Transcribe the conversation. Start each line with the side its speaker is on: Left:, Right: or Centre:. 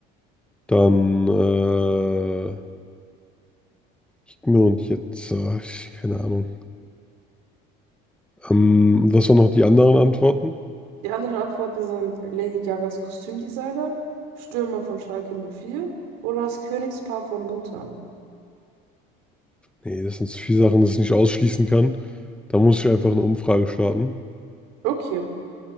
Centre: Dann, äh, gib mir und jetzt, äh, ich- keine Ahnung. Ähm, und was waren noch die anderen Antworten?
Right: Die anderen Antworten sind Lady Gagas Kostümdesigner, Stürmer von Schalke null vier oder das Königspaar von Bhutan.
Centre: Nee, das sind zu viele Sachen, das ich nicht ausschließen kann. Da muss ich einfach eine Umfrage starten.
Right: Okay,